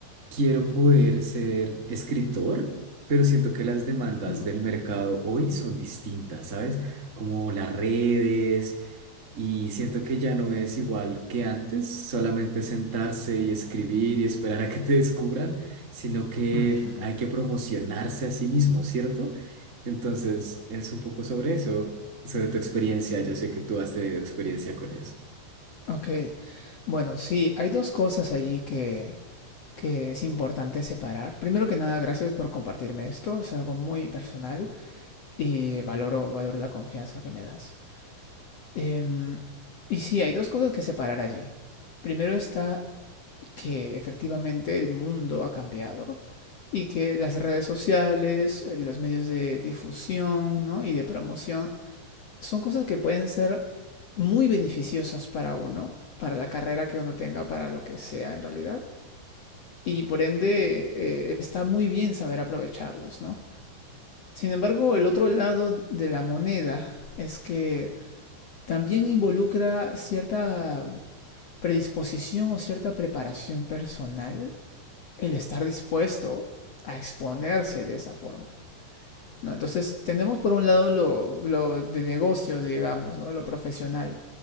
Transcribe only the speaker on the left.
Ujú.
Ujú.
Ok. Bueno, sí, hay dos cosas allí que, que es importante separar. Primero que nada, gracias por compartirme esto. Es algo muy personal y valoro, valoro la confianza que me das. Em, y sí, hay dos cosas que separar allí. Primero está que efectivamente el mundo ha cambiado y que las redes sociales, eh, los medios de difusión, ¿no? y de promoción son cosas que pueden ser muy beneficiosas para uno, para la carrera que uno tenga, para lo que sea en realidad. Y por ende eh, está muy bien saber aprovecharlos, ¿no? Sin embargo, el otro lado de la moneda es que también involucra cierta predisposición o cierta preparación personal el estar dispuesto a exponerse de esa forma. ¿no? Entonces, tenemos por un lado lo, lo de negocios, digamos, ¿no? Lo profesional,